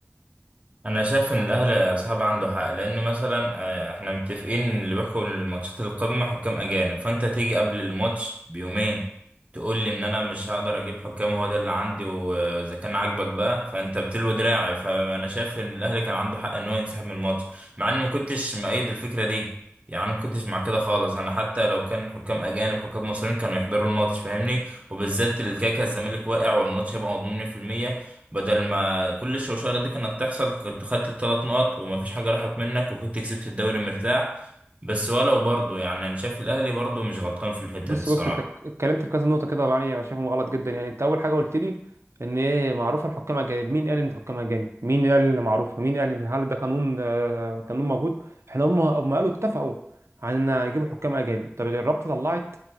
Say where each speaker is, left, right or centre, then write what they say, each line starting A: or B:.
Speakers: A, on the right; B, on the right.
A: انا شايف ان الاهلي يا صاحب عنده حق لان مثلا آه، احنا متفقين ان اللي بيحكم الماتشات القمه حكام اجانب فانت تيجي قبل الماتش بيومين تقول لي ان انا مش هقدر اجيب حكام هو ده اللي عندي واذا كان عاجبك بقى فانت بتلوي دراعي فانا شايف ان الاهلي كان عنده حق ان هو ينسحب من الماتش مع اني ما كنتش مؤيد الفكره دي يعني ما كنتش مع كده خالص انا حتى لو كان حكام اجانب حكام مصريين كانوا يحضروا الماتش فاهمني وبالذات الكاكا الزمالك واقع والماتش هيبقى مضمون 100% بدل ما كل الشوشرة دي كانت تحصل كنت خدت الثلاث نقط ومفيش حاجة راحت منك وكنت كسبت الدوري مرتاح بس ولو برضه يعني أنا شايف الأهلي برضه مش غلطان في الحتة
B: بص
A: دي الصراحة
B: بص انت اتكلمت في كذا نقطه كده طبعا يعني انا شايفهم غلط جدا يعني انت اول حاجه قلت لي ان ايه معروفه الحكام اجانب مين قال ان الحكام اجانب مين قال ان معروفه مين قال ان هل ده قانون آه، قانون موجود احنا هم هم قالوا اتفقوا عن ان هيجيبوا حكام اجانب طب الرابطه طلعت